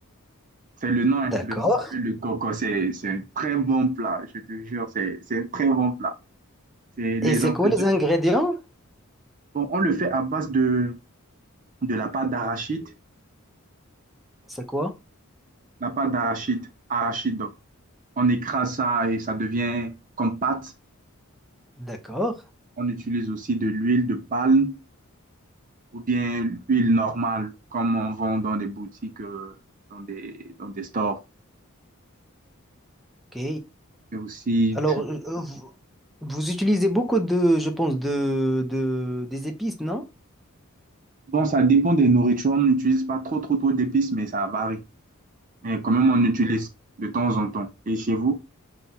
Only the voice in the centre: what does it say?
d'accord.
Et c'est
quoi les ingrédients?
C'est quoi?
D'accord.
Ok.
Alors,
euh, euh, vous, vous utilisez beaucoup de, je pense, de, de- des épices, non?